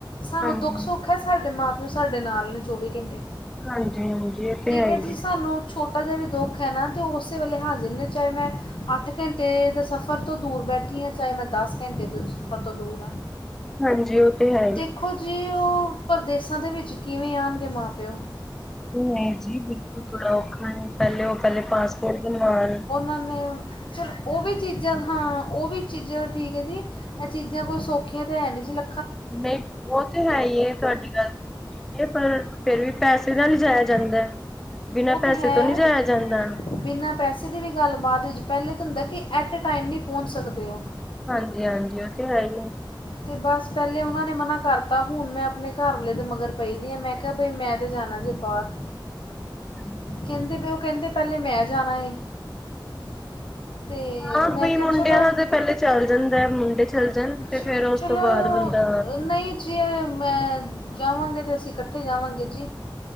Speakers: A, on the left; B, in the centre.
A: ਸਾਨੂੰ
B: ਹਾਂਜੀ
A: ਦੁੱਖ-ਸੁੱਖ ਐ, ਸਾਡੇ ਮਾਂ-ਪਿਓ ਸਾਡੇ ਨਾਲ ਨੇ ਚੌਵੀ ਘੰਟੇ।
B: ਹਾਂਜੀ-ਹਾਂਜੀ, ਇਹ ਤੇ
A: ਠੀਕ
B: ਹੈ ਈ
A: ਜੀ
B: ਏ।
A: ਸਾਨੂੰ ਛੋਟਾ ਜਿਹਾ ਵੀ ਦੁੱਖ ਐ ਨਾ ਤੇ ਉਹ ਉਸੇ ਵੇਲੇ ਹਾਜ਼ਰ ਨੇ। ਚਾਹੇ ਮੈਂ ਅੱਠ ਘੰਟੇ ਦਾ ਸਫ਼ ਸਫ਼ਰ ਤੋਂ ਦੂਰ ਬੈਠੀ ਆ। ਚਾਹੇ ਮੈਂ ਦੱਸ ਘੰਟੇ ਦੇ ਸਫ਼ਰ ਤੋਂ ਦੂਰ ਆ।
B: ਹਾਂਜੀ, ਉਹ ਤੇ ਹੈ ਈ।
A: ਵੇਖੋ ਜੀ, ਉਹ ਪਰਦੇਸਾਂ ਦੇ ਵਿੱਚ ਕਿਵੇਂ ਆਂਣਗੇ ਮਾਂ-ਪਿਓ।
B: ਨਹੀਂ ਜੀ, ਬਿਲਕੁਲ ਬੜਾ ਔਖਾ ਏ। ਪਹਿਲੇ ਉਹ ਪਹਿਲੇ ਪਾਸਪੋਟ ਬਣਵਾਂਣ
A: ਹਲੇ ਓ ਚਲ, ਉਹ ਵੀ ਚੀਜ਼ਾਂ ਹਾਂ, ਉਹ ਵੀ ਚੀਜ਼ਾਂ ਠੀਕ ਏ ਜੀ। ਐ ਚੀਜ਼ਾਂ ਕੋਈ ਸੌਖੀਆਂ ਤੇ ਹੈ ਨੀ ਜੀ ਲ
B: ਨਹੀਂ, ਉਹ ਤੇ ਹੈ ਈ ਏ, ਤੁਹਾਡੀ ਗੱਲ। ਇਹ ਪਰ, ਫਿਰ ਵੀ ਪੈਸੇ ਨਾਲ ਈ ਜਾਇਆ ਜਾਂਦਾ। ਬਿਨਾਂ
A: ਉਹ ਤਾਂ
B: ਪੈਸੇ
A: ਹੈ
B: ਤੋਂ ਨੀ ਜਾਇਆ ਜਾਂਦਾ।
A: ਬਿਨਾਂ ਪੈਸੇ ਦੀ ਵੀ ਗੱਲ ਬਾਅਦ ਵਿੱਚ। ਪਹਿਲਾਂ ਤੇ ਹੁੰਦਾ ਕਿ ਐਟੇ ਟਾਈਮ ਨੀ ਪਹੁੰਚ ਸਕਦੇ ਉਹ।
B: ਹਾਂਜੀ-ਹਾਂਜੀ, ਉਹ ਤਾਂ ਹੈ ਈ ਏ।
A: ਤੇ ਬਸ, ਪਹਿਲੇ ਉਹਨਾਂ ਨੇ ਮਨਾਂ ਕਰਤਾ। ਹੁਣ ਮੈਂ ਆਪਣੇ ਘਰ ਵਾਲੇ ਦੇ ਮਗਰ ਪਈ ਦੀ ਆ। ਮੈਂ ਮੈਂ ਕਿਹਾ ਬ‌ਈ, ਮੈਂ ਤੇ ਜਾਣਾ ਜੇ ਬਾਹਰ
B: ਹਾਂਜੀ।
A: ਕਹਿੰਦੇ ਪ‌ਏ, ਉਹ ਕਹਿੰਦੇ ਪਹਿਲੇ ਮੈਂ ਜਾਣਾ ਏ। ਤੇ
B: ਹਾਂ
A: ਮੈਂ
B: ਪਈ,
A: ਕਿਹਾ
B: ਮੁੰਡਿਆਂ
A: ਚਲੋ
B: ਦਾ ਤਾਂ ਪਹਿਲੇ ਚੱਲ ਜਾਂਦਾ, ਮੁੰਡੇ ਚੱਲ ਜਾਣ। ਤੇ
A: ਚ-ਚਲੋ
B: ਫੇਰ ਉਸ ਤੋਂ ਬਾਅਦ ਬੰਦਾ
A: ਨਹੀਂ। ਜੀ, ਮੈਂ ਜਾਵਾਂਗਾ ਤੇ ਅਸੀਂ ਇਕੱਠੇ ਜਾਵਾਂਗੇ ਜੀ।